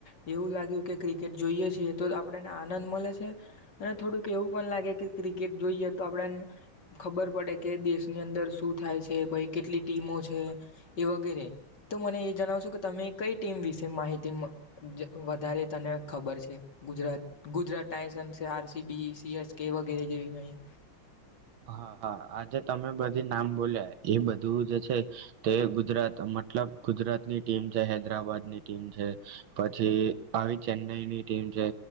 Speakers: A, on the left; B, on the right.
A: એવું લાગ્યું કે ક્રિકેટ જોઈએ છે. જો તો આપણને આનંદ મલે છે અને થોડુંક એવું પણ લાગે કે ક્રિકેટ જોઈએ આપ ખબર પડે કે દેશની અંદર શું થાય છે કોઈ કેટલી ટીમો છે, એ વગેરે તો મને એ જણાવશો કે તમે કઈ ટીમ વિશે માહિતી જ વધારે તને ખબર છે, Gujarat, Gujarat Titans, RCB, CS કે વગેરે જેવી હોઈ
B: હા હા આજે તમે બધી નામ બોલ્યા એ બધું જે છે તે ગુજરાત મતલબ ગુજરાત ની ટીમ છે હૈદરાબાદની ટીમ છે પછી આવી ચેન્નાઈ ની ટીમ છે